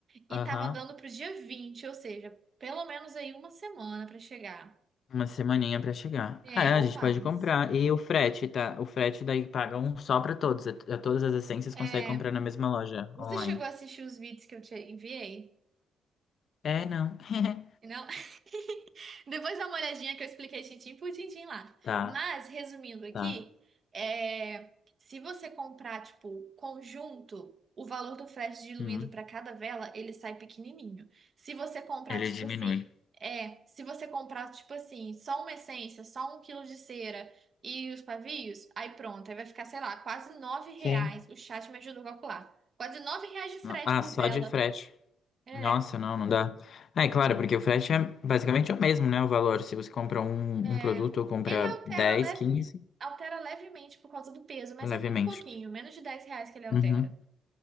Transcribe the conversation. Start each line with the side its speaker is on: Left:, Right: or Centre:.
Right: E
Left: Aham.
Right: tava dando pro dia 20, ou seja, pelo menos aí uma semana pra chegar.
Left: Uma semaninha pra chegar.
Right: É,
Left: Ah, é,
Right: ou
Left: a gente
Right: mais.
Left: pode comprar. E o frete, tá? O frete daí paga um só pra todos. A, a todas as essências
Right: É.
Left: consegue comprar na mesma loja
Right: Você
Left: online.
Right: chegou a assistir os vídeos que eu te enviei?
Left: É, não. <laughs>
Right: Não? <laughs> Depois dá uma olhadinha que eu expliquei tintim por tintim lá.
Left: Tá,
Right: Mas, resumindo aqui,
Left: tá.
Right: é, se você comprar, tipo, conjunto, o valor do frete diluído
Left: Hum,
Right: para cada vela, ele sai pequenininho. Se você comprar,
Left: ele
Right: tipo
Left: diminui.
Right: assim, é, se você comprar, tipo assim, só uma essência, só um quilo de cera e os pavios, aí pronto, aí vai ficar, sei lá, quase nove reais.
Left: Sim.
Right: O chat me ajudou a calcular. Quase nove reais de frete
Left: Ah,
Right: por
Left: só
Right: vela.
Left: de frete.
Right: É.
Left: Nossa, não, não dá. É,
Right: Não
Left: claro,
Right: tá.
Left: porque o frete é basicamente o mesmo, né? O valor. Se você compra um,
Right: É,
Left: um produto ou compra
Right: ele altera,
Left: 10
Right: leve,
Left: 15
Right: altera levemente por causa do peso, mas
Left: levemente.
Right: é muito pouquinho, menos de 10 reais que ele altera.
Left: Uhum,